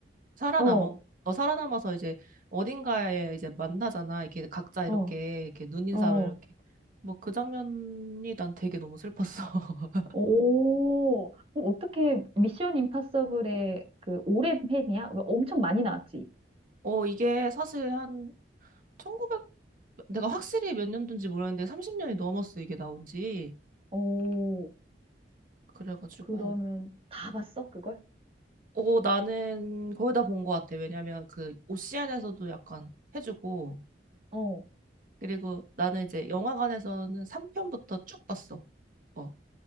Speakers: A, on the right; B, on the right.
A: 살아남어
B: 어,
A: 어, 살아남아서 이제 어딘가에 이제 만나잖아. 이렇게 각자 이렇게
B: 어,
A: 이렇게 눈인사로
B: 어.
A: 이렇게 뭐 그 장면이 난 되게 너무 슬펐어. <laughs>
B: 오, 어, 어떻게 미션 임파서블의 그 오랜 팬이야? 왜 엄청 많이 나왔지?
A: 어 이게 사실 한 1900 내가 확실히 몇 년도인지 모르겠는데 30년이 넘었어 이게 나온 지.
B: 오,
A: 그래가지고
B: 그러면 다 봤어, 그걸?
A: 어 나는 거의 다 본 것 같아. 왜냐면 그 오시안에서도 약간 해주고
B: 어,
A: 그리고 나는 이제 영화관에서는 3편부터 쭉 봤어. 어